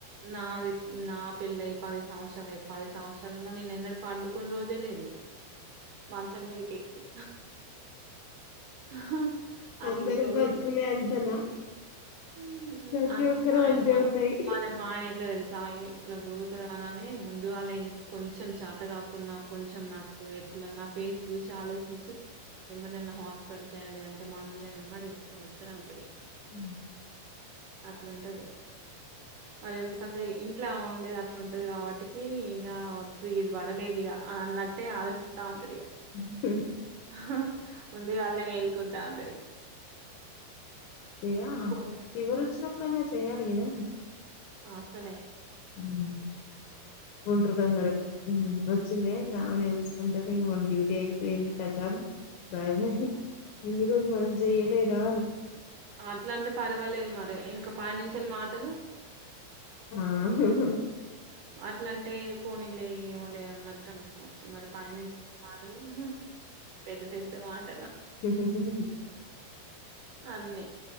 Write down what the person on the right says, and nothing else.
నాది నా పెళ్ళ అయి పది సంవత్సరాలు అయితే పది సంవత్సరాలలో నేను ఎన్నడు పండుకున్న రోజే లేదు మంచం మీదక కెక్కి అ హ్ అట్లుంటది
హ్మ్మ్
అంతే
మా ఆయన
మా
మా ఆయన ఇట్లా తెలుసు సాయం ఇట్లా గురుగుత అననే ముందు వాళ్ళు ఏం చె కొంచెం చేత కాకుంన్నా కొంచెం నాకు అట్లా నా ఫేస్ చూసి ఆలోచించి ఎమ్మడిన్న హాస్పిటల్కి అయిన లేదంటే మందులైనా ఇమ్మడి తీసుకని వస్తూనే ఉంటాడు ఇక
అట్లుంటది మరి ఎందుకంటే ఇంట్లా ఉండేది అట్లా ఉంటది కాబట్టికి ఇక వద్ ఇది పడలేదు ఇక అనన్నట్టే ఆలోచిస్తా ఉంటాడు ఇగా
ఆ ముందుగాళ్నే మేలుకుంటా ఉంటాడు ఇగ
పోని
ఆ సలె
అట్లాంటి పర్వాలేదు మరి ఇంక పై నించేలి మాటలు
ఇట్లాంటే పోనీలే ఏమో లే అన్నట్టు అనుకోవచ్చు మరి పాయనంచి చెప్పే మాటలు పెద్ద పెద్ద మాట్
అన్నీ